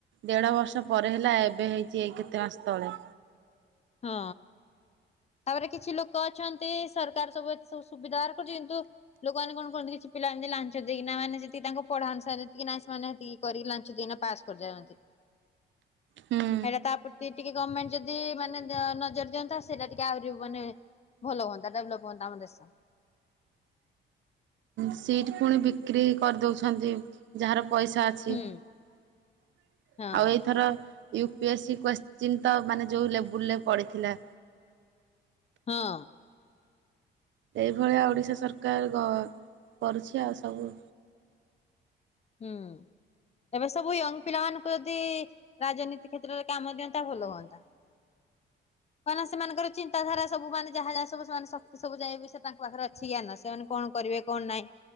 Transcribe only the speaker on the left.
ହଁ, ତା'ପରେ କିଛି ଲୋକ ଅଛନ୍ତି, ସରକାର ସବୁ ଏତ୍ ସବୁ ସୁବିଧା ହାର କରୁଚି, ଇନ୍ତୁ ଲୋକମାନେ କଣ କରନ୍ତି? କିଛି ପିଲା ଏମତି ଲାଞ୍ଚ ଦେଇକିନା ମାନେ, ଯେତିକି ତାଙ୍କ ପଢା ଅନୁସାରେ, ଯେତିକି ନା ସେମାନେ ହେତିକି କରି ଲାଞ୍ଚ ଦେଇନା ପାସ୍ କରିଯାଆନ୍ତି।
ହେଟା ତା ପ୍ରତି ଟିକେ ଗଭର୍ମେଣ୍ଟ ଯଦି ମାନେ ଯା ନଜର ଦିଅନ୍ତା ସେଇଟା ଟିକେ ଆହୁରି ମାନେ ଭଲ ହୁଅନ୍ତା, ଡେଭଲପ୍ ହୁଅନ୍ତା ଆମ ଦେଶ।
ହୁଁ
ହଁ
ହଁ।
ହୁଁ, ଏବେ ସବୁ ୟଙ୍ଗ୍ ପିଲା ମାନଙ୍କୁ ଯଦି ରାଜନୀତି କ୍ଷେତ୍ରରେ କାମ ଦିଅନ୍ତା, ଭଲ ହୁଅନ୍ତା। କାଇଁନା ସେମାନଙ୍କର ଚିନ୍ତାଧାରା ସବୁ ମାନେ ଯାହା ଯାହା ସବୁ ସେମାନେ ଶକ୍ତି ସବୁ ଯାଇ ବି ସେ ତାଙ୍କ ପାଖରେ ଅଛି ଜ୍ଞାନ, ସେମାନେ କଣ କରିବେ, କଣ ନାହିଁ?